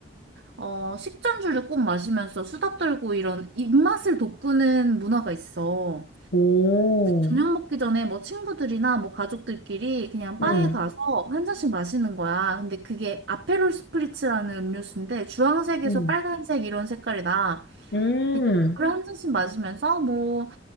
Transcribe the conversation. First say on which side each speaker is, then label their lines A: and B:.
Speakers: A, on the right (about 60°); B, on the left (about 60°).
A: 어, 식전주를 꼭 마시면서 수다 떨고 이런 입맛을 돋구는 문화가 있어.
B: 오.
A: 저녁 먹기 전에 뭐 친구들이나 뭐 가족들끼리 그냥 바에
B: 응.
A: 가서 한 잔씩 마시는 거야. 근데 그게 아페롤 스프리츠라는 음료수인데 주황색에서
B: 응.
A: 빨간색 이런 색깔이 나.
B: 음.
A: 근데 그걸 한 잔씩 마시면서 뭐,